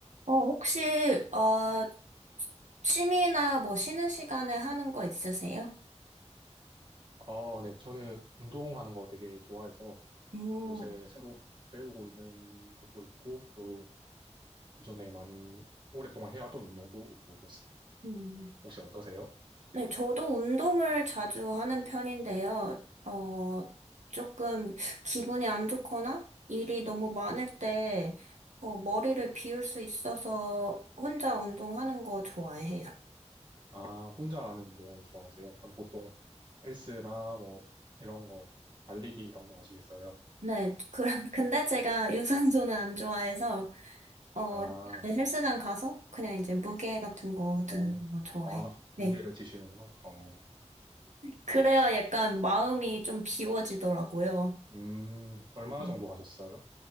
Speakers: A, on the right; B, on the right.
A: 어, 혹시, 어, 취미나 뭐 쉬는 시간에 하는 거 있으세요?
B: 아, 네. 저는 운동하는 거 되게 좋아해서
A: 음,
B: 요새 새로 배우고 있는 것도 있고 또 기존에 많이 오랫동안 해왔던 운동도 있고 그렇습니다.
A: 음,
B: 혹시 어떠세요?
A: 네, 저도 운동을 자주 하는 편인데요. 어, 조금 기분이 안 좋거나 일이 너무 많을 때, 어, 머리를 비울 수 있어서 혼자 운동하는 거 좋아해요.
B: 아, 혼자 하는 운동을 좋아하세요? 그럼 보통 헬스나 뭐 이런 거, 달리기 이런 거 하시겠어요?
A: 네, <laughs> 그럼, 근데 제가 유산소는 안 좋아해서, 어,
B: 아,
A: 헬스장 가서 그냥 이제 무게 같은 거
B: 어,
A: 드는 거 좋아해요.
B: 아,
A: 네.
B: 무게를 지시는구나. 어,
A: 그래야 약간 마음이 좀 비워지더라고요.
B: 음, 얼마
A: 네.
B: 정도 하셨어요?